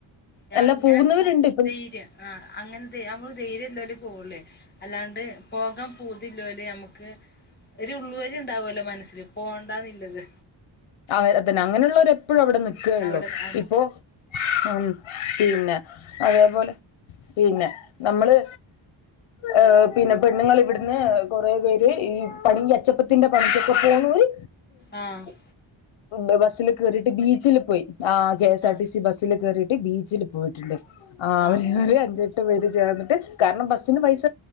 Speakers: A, on the left; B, on the left.
A: ഞാ
B: അല്ല
A: ഇങ്ങനെ
B: പോകുന്നവരുണ്ട്
A: ഇപ്പോ
B: ഇപ്പം
A: ധൈര്യം ആ അങ്ങനെ നമ്മള് ധൈര്യല്ലോലേ പോവൊള്ളേ. അല്ലാണ്ട് പോകാൻ പൂതില്ലോല് ഞമ്ക്ക് ഒരു ഉള്ളുവലി ഇണ്ടാവൊല്ലോ മനസ്സില് പോണ്ടാന്നില്ലത്
B: അവ അതന്നെ അങ്ങനെയുള്ളവരെ എപ്പഴും അവടെ നിക്കേള്ളൂ
A: അവിടെ അത
B: ഇപ്പൊ ഉം പിന്നെ അതേപോലെ പിന്നെ നമ്മള് ഏഹ് പിന്നെ പെണ്ണുങ്ങള് ഇവിട്ന്ന് കൊറേ പേര് ഈ പണി അച്ചപ്പത്തിന്റെ പണിക്കൊക്കെ പോണോര്
A: ആഹ്
B: ഇണ്ട് ബസ്സില് കേറിയിട്ട് ബീച്ചില് പോയി. ആ കെ എസ്
A: ആ
B: ആർ ടി സി ബസ്സില് കേറിയിട്ട് ബീച്ചില് പോയിട്ട്ണ്ട്. ആഹ്
A: ആ
B: അവര് ഒരു അഞ്ചെട്ട് പേര് ചേർന്നിട്ട് കാരണം ബസ്സിന് പൈസ്